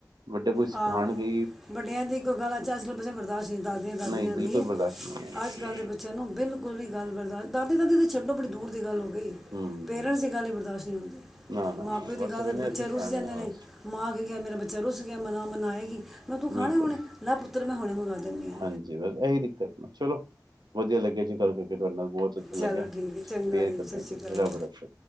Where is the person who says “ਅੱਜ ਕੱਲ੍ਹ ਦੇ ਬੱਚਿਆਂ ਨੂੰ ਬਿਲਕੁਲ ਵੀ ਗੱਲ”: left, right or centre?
Centre